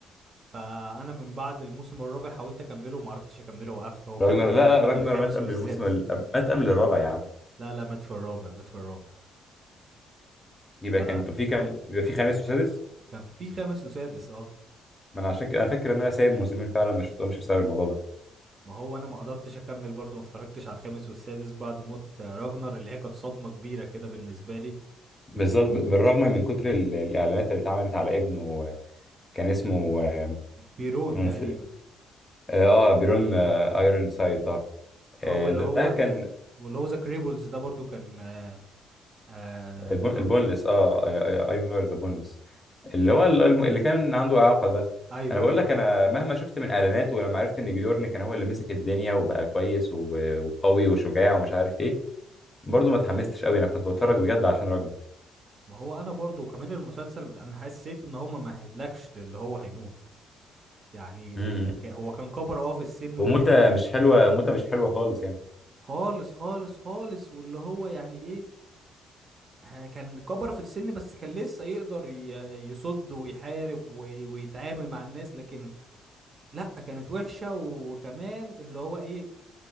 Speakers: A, on the right; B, on the left.
A: فأنا من بعد الموسم الرابع حاولت أكمله وما عرفتش أكمله وقفت هو كمل
B: راجنر
A: تقريبا
B: لا لا راجنر
A: للخامس
B: مات قبل
A: والسادس
B: الموسم ال... قبل- مات قبل الرابع يا عم
A: لا لا مات في الرابع مات في الرابع
B: يبقى
A: فكان
B: كان طب في كام يبقى في خامس وسادس
A: في خامس وسادس اه
B: ما انا عشان كده انا فاكر ان انا سايب موسمين فعلا ما شفتهمش بسبب الموضوع ده
A: ما هو انا ما قدرتش اكمل برضو ما اتفرجتش على الخامس والسادس بعد موت آه، راجنر اللي هي كانت صدمة كبيرة كده بالنسبة لي
B: بالظبط ب- بالرغم من كتر ال- الاعلانات اللي اتعملت على ابنه كان اسمه آه،
A: بيرون
B: انا
A: تقريبا
B: نسيت اه بيرون آه، بيرون آه، ايرون سايد اه
A: اه
B: آه،
A: واللي
B: ده
A: هو
B: ده كان
A: ذا واللي هو ذا كريبلز ده برضو كان آه آه
B: البون
A: اللي
B: البونلس اه أي- أي- ايفر ذا بونلس اللي هو ال- الم- اللي كان عنده اعاقه ده
A: ايوه
B: انا بقول
A: ايوه
B: لك انا مهما شفت من اعلانات ولما عرفت ان بيورن كان هو اللي مسك الدنيا وبقى كويس و- وقوي وشجاع ومش عارف ايه برضه ما اتحمستش قوي انا كنت بتفرج بجد عشان راجل
A: ما هو انا برضو وكمان المسلسل انا حسيت ان هم ما هيدلكش اللي هو هيموت يعني
B: امم
A: هي ك... هو كان كبر اه في السن
B: وموتة
A: وكده و...
B: مش حلوه موتة مش حلوه خالص يعني
A: خالص خالص خالص واللي هو يعني ايه ها- كان كبر في السن بس كان لسه يقدر ي- يصد ويحارب وي- ويتعامل مع الناس لكن لا كانت وحشة وكمان اللي هو ايه